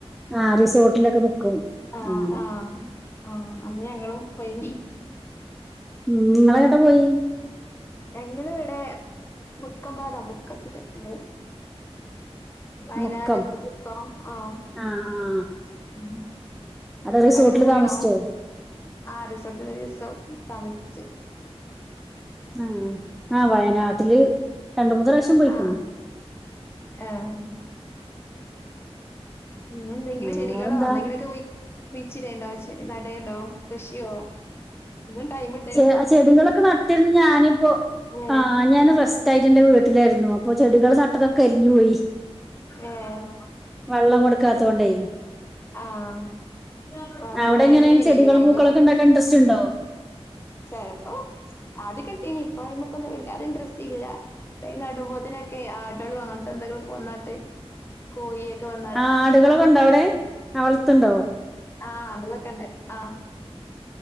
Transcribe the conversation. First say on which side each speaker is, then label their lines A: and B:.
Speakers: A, in the centre; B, on the left.
A: ആഹ് റിസോർട്ടിലൊക്കെ നിക്കും
B: ആഹ്
A: അങ്ങനെ
B: ആഹ് ആഹ് അന്ന് ഞങ്ങളും പയി
A: ഉം നിങ്ങളെങ്ങട്ടാ പോയി
B: ഞങ്ങളിവിടെ മുക്കം ഭാഗം മുക്കത്തില് ഞങ്ങളും വയനാട്ക്ക
A: മുക്കം
B: <unintelligible> ആഹ്
A: ആ ആ
B: ഉം
A: അവിടെ റിസോർട്ടില്
B: അവിടൊക്കെ പോയിനൊ
A: താമസിച്ചോ
B: ആഹ് റിസോർട്ടിൽ ഒരു ദിവസം താമസിച്ചെ
A: ആഹ് ആ വയനാട്ടില് രണ്ട് മൂന്ന് പ്രാവശ്യം പോയിക്കണ്
B: ആഹ് ആഹ് പിന്നെ എന്തെങ്കിലും
A: ആ
B: ചെടികളോ
A: വേറെന്താ
B: എന്തെങ്കിലുമൊക്കെ കുഴിച്ചിടേണ്ടോ ചെടി നടേണ്ടോ കൃഷിയോ ഇന്നും ടൈമിട്
A: ചെ ചെടികളൊക്കെ നട്ടിരിന്ന് ഞാനിപ്പോ
B: ഏഹ്
A: ആഹ് ഞാന് റസ്റ്റ് തയജന്റെ വീട്ടിലായിരുന്നു അപ്പോ ചെടികൾ ന അതൊക്കെ കരിഞ്ഞു പോയി
B: ഏഹ്
A: വെള്ളം കൊടുക്കാത്ത കൊണ്ടയി
B: ആഹ് അപ്പൊ
A: അവിടെ
B: വേനലേനില്ലേ
A: എങ്ങനെയാ ചെടികളും
B: കഴിഞ്ഞ
A: പൂക്കളൊക്കെ ഉണ്ടാക്കാൻ ഇൻട്രസ്റ്റ് ഉണ്ടോ
B: ചിലപ്പോ ആദ്യ കിട്ടീനി ഇപ്പൊ നമുക്കൊന്നും വല്ലാതെ ഇൻട്രറസ്റ്റ് ഇല്ല ഇട നടുമ്പോ ആടുകളും അങ്ങനത്തെ എന്തെങ്കിലോക്കെ വന്നട്ട് കോഴിയൊക്കെ വന്ന്
A: ആ ആടുകളൊക്കെ ഉണ്ടോ അവിടെ വളത്തുണ്ടാവോ
B: ആഹ് ആടുകളൊക്കെ ഉണ്ട് ആഹ്